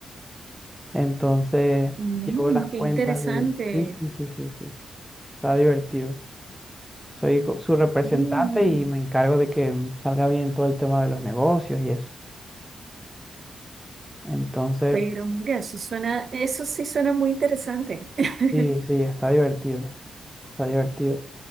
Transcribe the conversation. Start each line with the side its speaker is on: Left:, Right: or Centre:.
Centre: Entonces,
Right: Mm,
Centre: llevo las
Right: qué
Centre: cuentas
Right: interesante.
Centre: de... Sí, sí, sí, sí, sí. Está divertido. Soy co- su representante
Right: Mm.
Centre: y me encargo de que mm, salga bien todo el tema de los negocios y eso. Entonces,
Right: Pero mira, sí suena, eso sí suena muy interesante. <laughs>
Centre: sí, sí, está divertido. Está divertido.